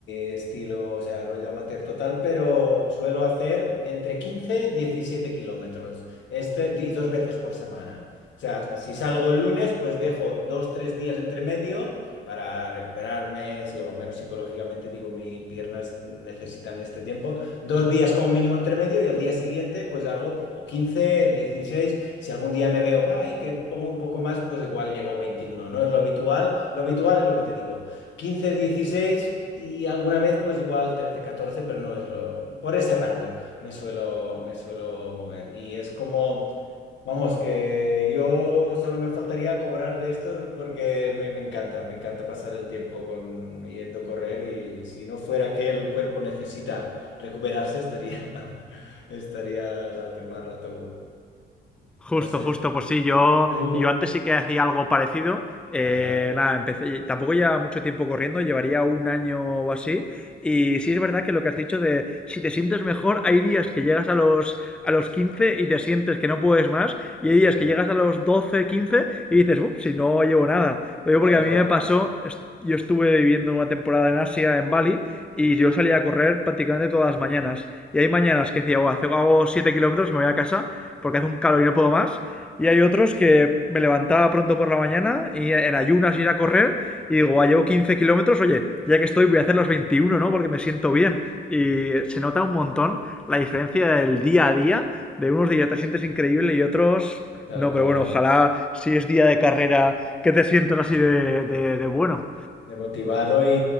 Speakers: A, on the left; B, in the centre.
A: estilo, o sea, rollo amateur total, pero suelo hacer de entre 15 y 17 kilómetros, este, y dos veces por semana. O sea, si salgo el lunes, pues dejo dos, tres días entre medio para recuperarme, si- o al menos psicológicamente digo, mis piernas necesitan este tiempo, dos días como mínimo entre medio y al día siguiente pues hago o 15 dieciséis si algún día me veo, ay, que pongo un poco más, pues igual llego 21, ¿no? Es lo habitual. Lo habitual es lo que te digo. 15, 16 y alguna vez pues igual 13, 14, pero no es lo... Por ese rango me suelo, me suelo mover. Y es como, vamos, que yo solo me faltaría cobrar de esto porque me, me encanta, me encanta pasar el tiempo con, yendo a correr y si no fuera que el cuerpo necesita recuperarse, estaría, <laughs> estaría rato, más rato
B: Justo,
A: no sé,
B: justo, pues sí, yo,
A: tú,
B: yo antes sí que hacía algo parecido. Eh,
A: ajá,
B: nada, empecé, tampoco llevaba mucho tiempo corriendo, llevaría un año o así. Y sí es verdad que lo que has dicho de si te sientes mejor, hay días que llegas a los, a los 15 y te sientes que no puedes más, y
A: sí,
B: hay días que llegas a los 12 15 y dices, uff, si no llevo nada. Lo digo
A: tal
B: porque a
A: cual,
B: mí me pasó, est- yo estuve viviendo una temporada en Asia, en Bali, y yo salía a correr prácticamente todas las mañanas. Y hay mañanas que decía, oh, hago 7 kilómetros y me voy a casa porque hace un calor y no puedo más. Y hay otros que me levantaba pronto por la mañana y en ayunas ir a correr y digo, ah, llevo 15 kilómetros, oye, ya que estoy voy a hacer los veintiuno ¿no? Porque me siento bien. Y se nota un montón la diferencia del día a día, de unos días te sientes increíble y otros
A: tal
B: no,
A: cual.
B: pero bueno, ojalá si es día de carrera que te sientas así de, de, de bueno.
A: De motivado y,